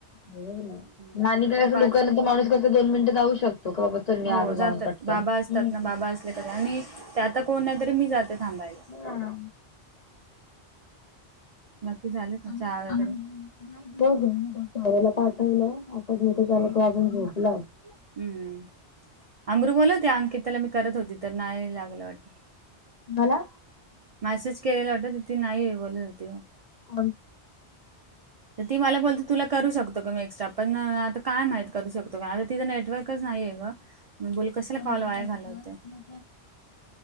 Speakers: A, on the left; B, on the right.
A: हो ना.
B: हम्म
A: आणि काय असं
B: पाच
A: दुकानात तर माणूस कसं दोन मिनिटं जााऊ शकतो. की बाबा चल मी
B: हो
A: आलो जाऊन
B: जातात
A: पटकन.
B: बाबा असतात
A: हम्म.
B: ना बाबा असले तरी आणि आता कोण नाही तरी मी जाते थांबायला.
A: हा.
B: नक्की झाले ना.
A: आणू
B: चहा
A: आणू
B: वगैरे
A: नाही बघ. नवऱ्याला पाठवलं आता झोपी अजून तो झोपला असल.
B: हम्म हम्म अमरू बोली होते अंकित मी करत होती तर नाही लागलं वाटतं.
A: मला
B: मेसेज केलेला होत ती नाही बोलत होती.
A: बरं
B: तर ती मला बोलते तुला करू शकतो का मी एक्स्ट्रा पण आता काय माहित करू शकतो आता तिच नेटवर्कच नाहीये मग मी बोलले कशाला
A: अमृताचं
B: कॉल वाया घालवते.
A: ना, मग